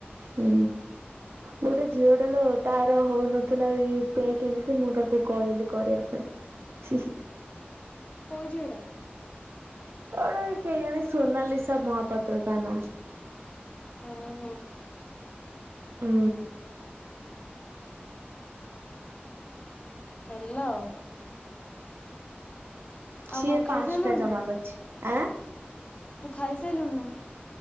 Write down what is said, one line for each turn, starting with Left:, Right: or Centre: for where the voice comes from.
Right: ହୁଁ। ଗୋଟେ ଝିଅଟେ ଲୋ ତାର ହଉନଥିଲା ୟୁପି ଆଇ କେମିତି ମୁଁ ତାକୁ କହିଲି କରିବା ପାଇଁ। ଶ୍ ହିଁ।
Left: କୋଉ ଝିଅଟା?
Right: ଗୋଟେ କେଇ ଜାଣି ସୋନାଲିସା ମହାପାତ୍ର ତା ନା।
Left: ହୁଁ ହୁଁ।
Right: ହୁ।
Left: ହେଲା ଆଉ।
Right: ସିଏ
Left: ଆଉ କଣ
Right: ପାଞ୍ଚଟା
Left: ଖାଇସାରିଲୁଣି
Right: ଜମା
Left: ନା
Right: କରିଛି। ଆଁ
Left: ତୁ ଖାଇସାରିଲୁଣି ନା?